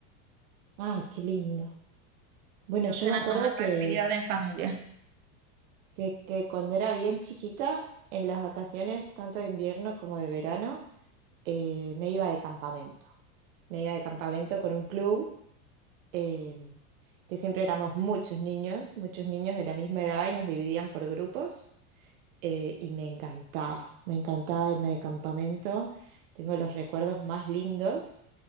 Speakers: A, on the right (about 65°); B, on the right (about 80°).
A: Ah, qué lindo. Bueno,
B: Entonces
A: yo me
B: eran
A: acuerdo
B: como esta
A: que,
B: actividad en familia.
A: que, que cuando era bien chiquita, en las vacaciones, tanto de invierno como de verano, eh, me iba de campamento. Me iba de campamento con un club em, que siempre éramos muchos niños, muchos niños de la misma edad y nos dividían por grupos eh, y me encantaba, me encantaba irme de campamento, tengo los recuerdos más lindos.